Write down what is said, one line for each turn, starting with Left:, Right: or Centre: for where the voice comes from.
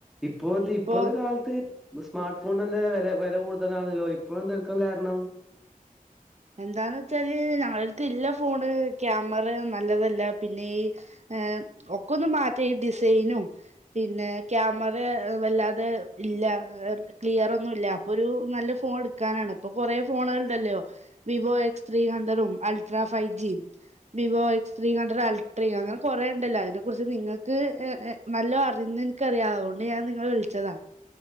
Centre: ഇപ്പത്തെ
Right: ഇപ്പൊ
Centre: ഇപ്പത്തെ കാലത്ത് സ്മാർട്ട് ഫോൺ നല്ല വില വില കൂടുതലാണല്ലോ ഇപ്പോഴ എന്തെടുക്കാൻ കാരണം
Right: എന്താന്ന് വെച്ചാല് ഞങ്ങള അടുത്ത് ഇല്ല ഫോണ് ക്യാമറ നല്ലതല്ല പിന്നെ ഈ ഏ ഒക്കെ ഒന്ന് മാറ്റ ഈ ഡിസൈനും പിന്നെ ക്യാമറ വല്ലാതെ ഇല്ല ക്ലിയർ ഒന്നുല്ല അപ്പൊ ഒരു നല്ല ഫോൺ എടുക്കാനാണ് ഇപ്പൊ കൊറേ ഫോണുകളണ്ടല്ലോ വിവോ എക്സ് ത്രീ ഹണ്ടറും അൾട്രാ ഫൈവ് ജിയും Vivo X three hundred ultra അങ്ങനെ കൊറേ ഉണ്ടല്ലോ അതിനെ കുറി നിങ്ങക്ക് നല്ലോ അറി എനിക്കറിയാം അതുകൊണ്ട് ഞാൻ നിങ്ങൾ വിളിച്ചതാ